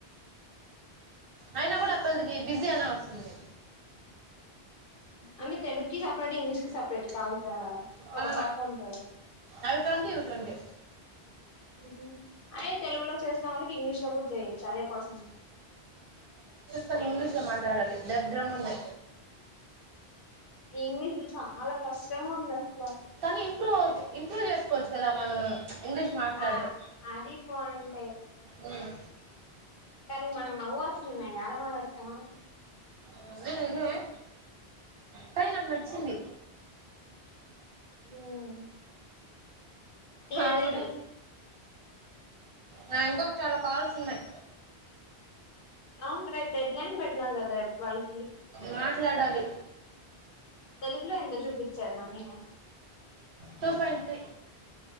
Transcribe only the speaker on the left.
అంటే తెలుక్కి సెపరేట్ ఇంగ్లీష్ సపరేట్ కాల్సా
ఒక పాసంత
హ్మ్ హు అదే తెలుగులో చేసిన వాళ్ళ ఇంగ్లీష్ లో కూడా చేయచ్చు అదే పర్సన్
ఇంగ్లీష్ ది చాలా కష్టంగా ఉంద్ అ
ఆ అది పాయింటే
కానీ మక్ నవ్వువాస్తుంది యాడ మాట్లాడుతా
ఉమ్ ఇదేదో
అవును రేపు డెడ్ లైన్ పెట్టినారు కదా రేపు ట్వెల్వ్ కి
తెలుగులో ఎంత చూపించారు money